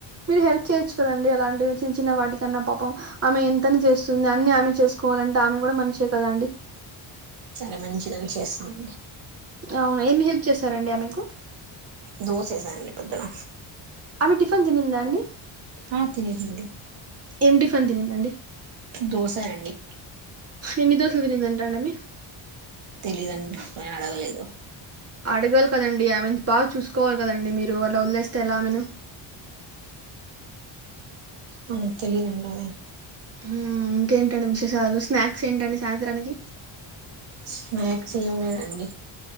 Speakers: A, on the right (about 30°); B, on the right (about 80°).
A: మీరు హెల్ప్ చేయొచ్చు కదండి అలాంటివి చిన్న చిన్న వాటికన్నా పాపం ఆమె ఎంతని చేస్తుంది అన్ని ఆమె చేసుకోవాలంటే ఆమె కూడా మనిషే కదండి
B: చాలా మంచిదని చేస్తుందండి
A: అవునా ఏమి హెల్ప్ చేశారండి ఆమెకు
B: దోస ఏసానండి పొద్దున
A: ఆమె టిఫిన్ తినింద అండి
B: ఆ తినీదండి
A: ఏం టిఫిన్ తినిందండి?
B: దోస అండి
A: ఎన్ని దోసలు తినింది అంటది అండి
B: తెలీదండి నేను అడగలేదు
A: అడగాలి కదండి ఐ మీన్ బాగా చూసుకోవాలి కదండి మీరు అట్లా వదిలేస్తే ఎలా ఆమెను
B: మనకు తెలిదండవి
A: ఊ ఇంకేంటండి విశేషాలు స్నాక్స్ ఏంటండి సాయంత్రానికి
B: స్నాక్స్ ఏం లేదండి